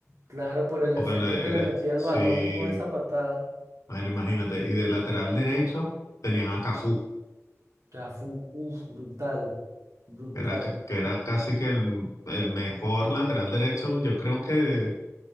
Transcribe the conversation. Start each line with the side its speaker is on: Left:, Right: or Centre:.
Right: Claro, por el
Left: Porque
Right: efecto
Left: en- era,
Right: que le metía al
Left: sí,
Right: balón con esa patada.
Left: bueno, imagínate. Y de lateral derecho tenían a Cafú.
Right: Ya fue, uf, brutal, brutal.
Left: Era, que que era casi que el, el mejor lateral derecho, yo creo que de-